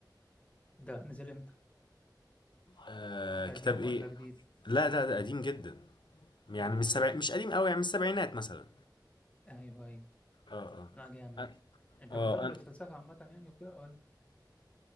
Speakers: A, on the left; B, on the left.
A: ده نزل امتى
B: آه
A: قديم
B: كتاب
A: ولا
B: ايه
A: جديد
B: لا ده ده قديم جدا يعني
A: امم
B: من السبع... مش قديم قوي يعني من السبعينات مثلا
A: ايوه ايوه
B: اه
A: لا جامد
B: اه
A: انت
B: اه
A: مهتم بالفلسفه
B: أنا-
A: عامه يعني وكده ولا